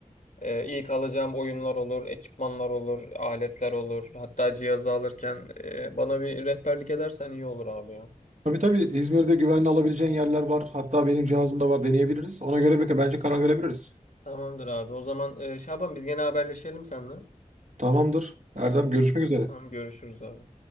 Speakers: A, on the left; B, on the right.
A: Ee, ilk alacağım oyunlar olur, ekipmanlar olur, aletler olur. Hatta cihazı alırken e, bana bir rehberlik edersen iyi olur abi ya.
B: Tabii tabii İzmir'de güvenli alabileceğin yerler var. Hatta benim cihazımda var deneyebiliriz. Ona göre bir- bence karar verebiliriz.
A: Tamamdır abi. O zaman e, Şaban biz gene haberleşelim seninle.
B: Tamamdır. Erdem görüşmek üzere.
A: Tamam görüşürüz abi.